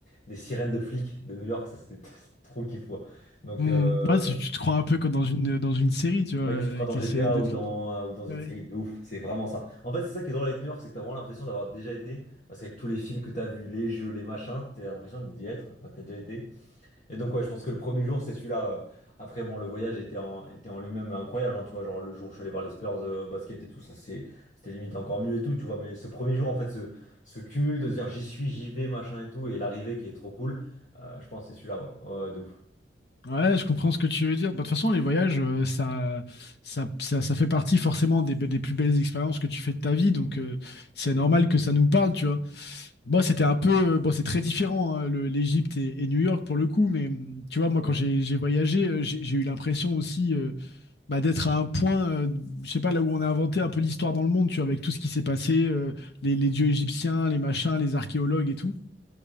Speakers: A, on the left; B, on the left.
A: des sirènes de flics de New York, ça c'était <laughs> c'était trop le kiff. ouais. Donc,
B: Hmm.
A: euh,
B: Ouais, c'est- tu te crois un peu comme dans une, dans une série, tu vois,
A: mec, tu te crois
B: avec
A: dans
B: les
A: GTA
B: sirènes de
A: ou
B: flics.
A: dans, euh, ou dans une
B: Ouais.
A: série de ouf, c'est vraiment ça. En fait, c'est ça qui est drôle avec New York, c'est que t'as vraiment l'impression d'avoir déjà été, parce qu'avec tous les films que t'as vus, les jeux, les machins, t'as l'impression d'y être, enfin, que t'as déjà été. Et donc, ouais, je pense que le premier jour, c'est celui-là. euh. Après, bon, le voyage était en, était en lui-même incroyable, hein, tu vois. Genre, le jour où je suis allé voir les Spurs euh, basket et tout, ça, c'est, c'était limite encore mieux et tout, tu vois. Mais ce premier jour, en fait, ce, ce cumul de se dire j'y suis, j'y vais, machin et tout, et l'arrivée qui est trop cool, euh, je pense que c'est celui-là, ouais. Ouais, de ouf.
B: Ouais, je comprends ce que tu veux dire. Bah, De toute façon, les voyages, euh, ça, ça, ça, ça fait partie forcément des, be- des plus belles expériences que tu fais de ta vie. Donc, euh, c'est normal que ça nous parle, tu vois. Moi, c'était un peu. euh, bon, c'est très différent, hein, le- l'Égypte et, et New York pour le coup. Mais hum, tu vois, moi,
A: Oui.
B: quand j'ai j'ai voyagé, euh, j'ai j'ai eu l'impression aussi. euh, bah, d'être à un point, euh, je sais pas, là où on a inventé un peu l'histoire dans le monde, tu vois, avec tout ce qui s'est passé, euh, les, les dieux égyptiens, les machins, les archéologues et tout.